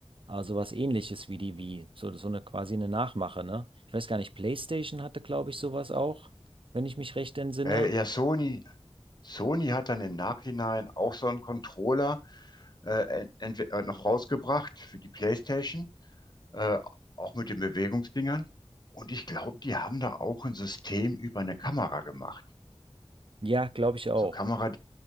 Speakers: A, on the right; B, on the left.
A: äh, sowas Ähnliches wie die Wii. So, so eine quasi eine Nachmache, ne? Ich weiß gar nicht, PlayStation hatte, glaube ich, sowas auch, wenn ich mich recht entsinne.
B: äh, ja, Sony, Sony hat dann im Nachhinein auch so einen Controller äh, ent- äh, noch rausgebracht für die PlayStation, äh, auch mit den Bewegungsdingern. Und ich glaube, die haben da auch ein System über eine Kamera gemacht.
A: Ja, glaube ich
B: Also
A: auch.
B: Kamera